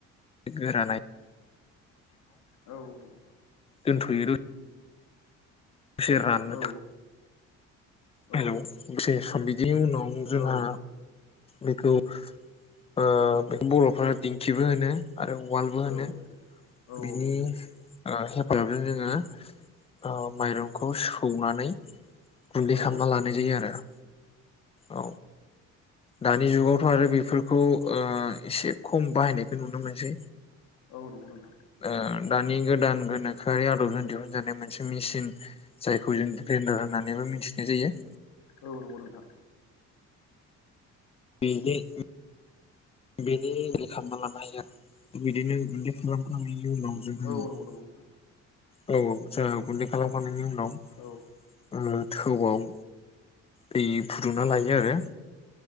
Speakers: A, on the left; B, on the left.
A: गोरानाय
B: औ औ नंगौ नोंथां
A: दोनथ'योयै से राननो
B: औ
A: थाखा हेलौ
B: औ
A: दसे सम बिदि उनाव अं जोंहा
B: औ
A: बेखौ ऐ बर'फोरा दिंखिबो होनो आरो उवालबो होनो।
B: औ नंगौ औ
A: बिनि
B: औ नंगौ
A: ओ हेफाजाबजों जोङो माइरंखौ सौनानै गुन्दै
B: औ
A: खालामना लानाय जायो आरो औ दानि जुगावथ' आरो बेफोरखौ ओ एसे खम बाहायनायखौ नुनो मोनसै।
B: औ नंगौ नोंथां
A: ऐ दानि गोदान गोनोखोआरि आदबजों दिहुनजानाय मोनसे मिसिन जायखौ जों बेन्डार होननानैबो मिथिनाय जायो।
B: औ नंगौ नोंथां
A: इनो ओ बेनि रे खालामना लानो हायो आरो बिदिनो गुन्दै प्रग्राम खालाम
B: औ
A: <unintelligible>
B: नंगौ नंगौ नोंथां
A: औ जोंहा गुन्दै खालामखांनायनि उनाव नाव
B: औ
A: ओम थौआव दै फुदुंना लायो आरो